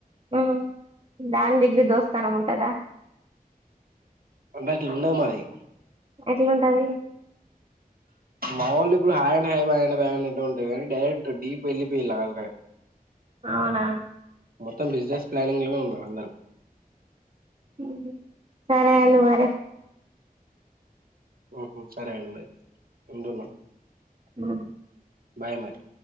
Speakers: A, on the right; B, on the right.
A: ఉ జాన్ జిగ్రీ దోస్తానం ఉంటందా
B: అంటే అట్లుండదు మాది
A: ఎట్లుంటది
B: మా ఒళ్ళు ఇప్పుడు హాయ్ అంటే హాయ్ అన్నట్టు బాయ్ అంటే బాయ్ అన్నట్టు ఉంటుంది కానీ డైరెక్ట్ డీప్ ఎల్లిపోయిల్లో ఆల్రెడీ
A: అవునా
B: మొత్తం బిజినెస్ ప్లానింగ్ లో ఉన్నారు అందరూ
A: ఉహు సరే అండి మరి
B: ఉహు సరే అండి మరి ఉందున్న
A: మం
B: బాయ్ మరి